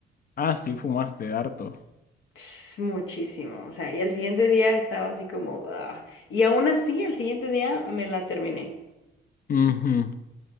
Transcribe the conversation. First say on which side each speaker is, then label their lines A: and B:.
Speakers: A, on the left (about 50°); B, on the left (about 75°).
A: Ah, sí, fumaste harto.
B: Ts, Muchísimo. O sea, y al siguiente día estaba así como, "Ah". Y aún así, el siguiente día me la terminé.
A: Ujú.